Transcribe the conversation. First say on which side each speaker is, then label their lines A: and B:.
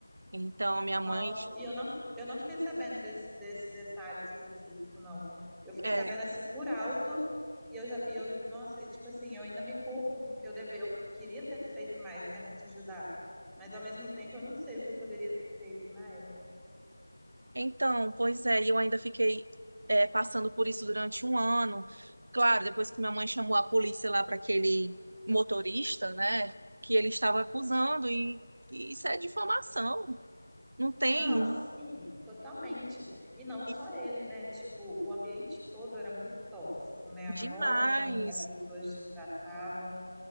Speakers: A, on the right; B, in the centre.
A: Então, minha
B: Nossa,
A: mãe.
B: e eu não, eu não fiquei sabendo desse, desse detalhe específico, não. Eu fiquei
A: É,
B: sabendo assim por alto, e eu já, e eu, nossa, e, tipo assim, eu ainda me culpo, porque eu deve, eu queria ter feito mais, né, pra te ajudar. Mas ao mesmo tempo eu não sei o que eu poderia ter feito na época.
A: então, pois é, e eu ainda fiquei é, passando por isso durante um ano. Claro, depois que minha mãe chamou a polícia lá para aquele motorista, né, que ele estava acusando, e, e isso é difamação. Não tem.
B: Não, sim, totalmente. E não
A: e-
B: só ele, né? Tipo, o ambiente todo era muito tóxico, né? A
A: Demais.
B: forma como as pessoas se tratavam,